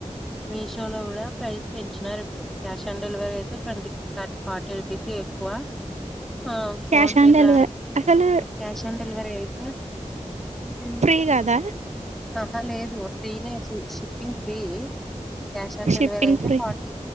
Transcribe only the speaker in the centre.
మీషో లో కూడా ప్రైస్ పెంచినారు ఇప్పుడు క్యాష్ ఆన్ డెలివరీ అయితే ట్వంటీ థర్ ఫార్టీ రూపీస్ ఎక్కువ ఆ ఫోన్
పే
ద్వారా
క్యాష్ ఆన్ డెలివరీ అయితే ఉమ్.
ఆహా లేదు ఫ్రీనే షి shipping free cash on delivery
అయితే
ఫార్టీ